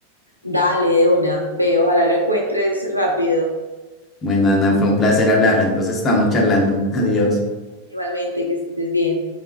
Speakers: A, on the left; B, on the left.
A: Dale, de una, ve, ojalá lo encuentres rápido.
B: Bueno, Ana, fue un placer hablar, entonces estamos charlando. <laughs> Adiós.
A: Igualmente, que estés bien.